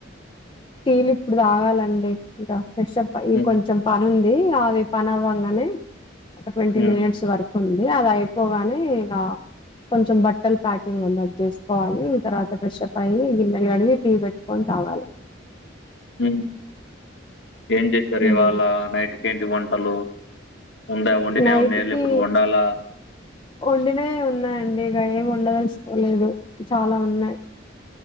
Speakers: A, on the left (about 25°); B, on the left (about 65°).
A: టీలు ఇప్పుడు తాగాలండి ఇంక ఫ్రెషప్ అయ్యి
B: హ్మ్
A: కొంచెం పనుం ది అది పని అవ్వంగానే ఒక ట్వంటీ
B: హ్మ్
A: మినిట్స్ వరకు ఉంది అది అయిపోగానే ఇక కొంచెం బట్టలు ప్యాకింగ్ ఉందది చేసుకోవాలి ఈ తర్వాత ప్ర్రెషప్ అయి గిన్నెలు కడిగి టీ పెట్టుకొని తాగాలి
B: మ్ ఏం చేసారు
A: హ్మ్.
B: ఇవాళ నైట్కి ఏంటి వంటలు? ఉందా వండినే
A: నైట్
B: ఉన్నాయా
A: కి
B: ఇప్పుడు వండాలా
A: వండినే ఉన్నాయండి ఇక ఏమ ఉండదలుసుకోలేదు చాలా ఉన్నాయి.